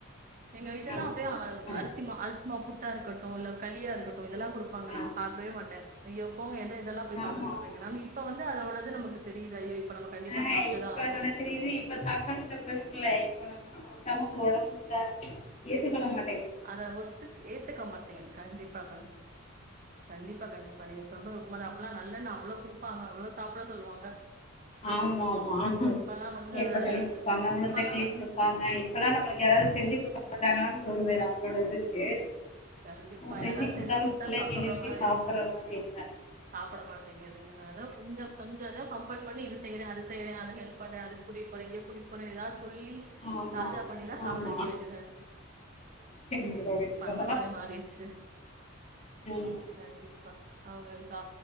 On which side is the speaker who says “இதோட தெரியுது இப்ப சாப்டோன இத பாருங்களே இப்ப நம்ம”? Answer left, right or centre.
Left